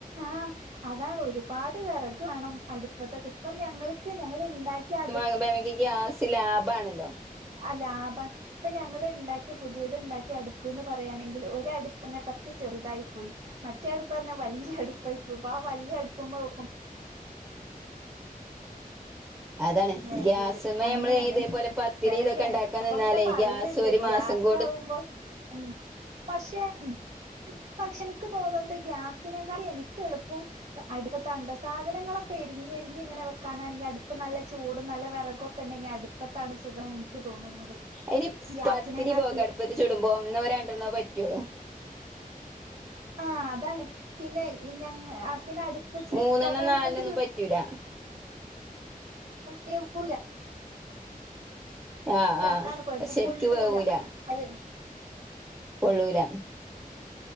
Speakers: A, on the right; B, on the right.
A: ആഹ് അതാണ് ഒരുപാട് വിറക്ക് വേണം അടു ടുപ്പത്ത് ഇപ്പം ഞങ്ങൾക്ക് ഞങ്ങളിണ്ടാക്കിയ അടു
B: ക്കുമ്പ മ്മക്ക് ഗ്യാസ് ലാഭണല്ലോ
A: ആ ലാഭം ഇപ്പ ഞങ്ങള്ണ്ടാക്കിയ പുതിയത്ണ്ടാക്കിയ അടുപ്പ്ന്ന് പറയാണെങ്കിൽ ഒരടുപ്പ് പറ്റെ ചെറുതായി പോയി മറ്റേ അടുപ്പ് പറഞ്ഞെ വല്ല്യ അടുപ്പായി പോയി ആ വല്ല്യ അടു <unintelligible>
B: അതാണ്
A: വേണ്ടിയത്
B: ഗ്യാസ്മ്മേ
A: അങ്ങനെണ്
B: നമ്മള് ഇതേപോലെ പത്തിരി
A: വിറക്
B: ഇതൊക്കെ ഉണ്ടാക്കാൻ
A: അപ്പൊ
B: നിന്നാലേ
A: അങ്ങനെ പറയുണ്ട്
B: ഗ്യാസ് ഒരു മാസം
A: ഗ്യാസാവുമ്പോ
B: കൊണ്ട്
A: ഉം പക്ഷേ ഉം പക്ഷെ എനിക്ക് തോന്നുന്നത് ഗ്യാസിനെകാൾ എനിക്ക് എളുപ്പം അടുപ്പത്താണ്ട്ടൊ സാധനങ്ങളൊക്കെ എരിഞ്ഞ് എരിഞ്ഞ് ഇങ്ങനെ വെക്കാനാണെങ്കിൽ അടുപ്പ് നല്ല ചൂടും നല്ല വിറകൊക്കെ ഉണ്ടെങ്കി അടുപ്പത്താണ് സുഖം എനിക്ക് തോന്നുന്നത്
B: അനി
A: ഗ്യാസിനെകാട്ടിയും
B: പത്തിരി പോ കടുപ്പത്തി ചൂടുമ്പോ ഒന്നോ രണ്ടെണ്ണോ പറ്റുള്ളു
A: ആ അ അതാണ് പിന്നെ ഞാ പിന്നെ അടുപ്പത്ത്
B: മൂന്നെണ്ണം
A: പൊക അടുപ്പത്ത്
B: നാലെണ്ണൊന്നും
A: ചുട്
B: പറ്റൂല
A: വേവൂല
B: ആഹ്
A: ല
B: ആഹ്
A: അതാണ് കൊഴപ്പം
B: ശരിക്കും
A: പൊള്ളൂല
B: വേവൂല
A: അത്
B: പൊള്ളൂല